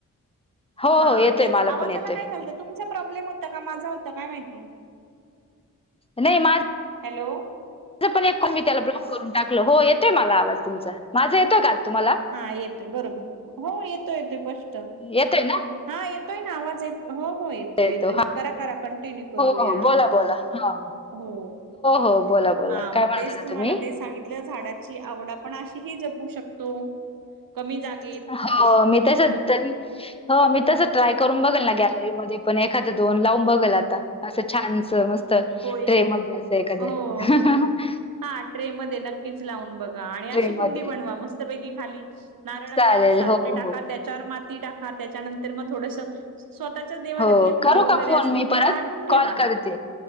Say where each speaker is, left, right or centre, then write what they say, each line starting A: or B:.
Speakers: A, on the left (about 15°); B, on the right (about 85°).
A: हो
B: हा
A: हो येतोय
B: तेच
A: मला
B: आवाजाला
A: पण येतोय
B: काय झालतं तुमचा प्रॉब्लेम होता का माझा होतां काय माहिती.
A: नाही माझ
B: हॅलो
A: पण एक क मी त्याला ब्लॉक करून टाकलं हो येतोय मला आवाज तुमचा माझा येतोय का. तुम्हाला
B: हा येतोय बरोबर हो येतो येतोय स्शपट.
A: येतय ना.
B: हा येतोय ना आवाज येत हो-हो ये
A: येतो
B: येतोय
A: येतो हा
B: करा-करा कंटिन्यू करू
A: हो
B: या.
A: हो बोला बोला हा
B: हो
A: हो बोला बोला
B: आ मग
A: काय म्हणत
B: तेच
A: होता
B: तुम्हाला
A: तुम्ही
B: तेच सांगितलं झाडाची आवड आपण अशी ह जपू शकतो कमी जागे
A: हो मी तस त हो मी तस ट्राय करून बघेल ना गॅलरीमध्ये. पण एखाद्या दोन लावून बघल आता असं छानच मस्त ट्रे
B: होय
A: मध्ये एकद
B: हो
A: <unintelligible>
B: हा ट्रे मध्ये नक्कीच लावून बघा आणि अशी
A: ट्रे मध्ये
B: कुंडी बनवा मस्त बैकी खाली नारळाच्या
A: चालेल.
B: सालटे
A: हो,
B: टाका
A: हो.
B: त्याच्या चार माती टाका त्याच्यानंतर मग थोडस स्वतःच्या देवारातले
A: हो.
B: फुलं
A: करू का
B: वगैरे
A: फोन
B: असतील
A: मी
B: ते
A: परत?
B: वाळवून ठेवा.
A: कॉल करते.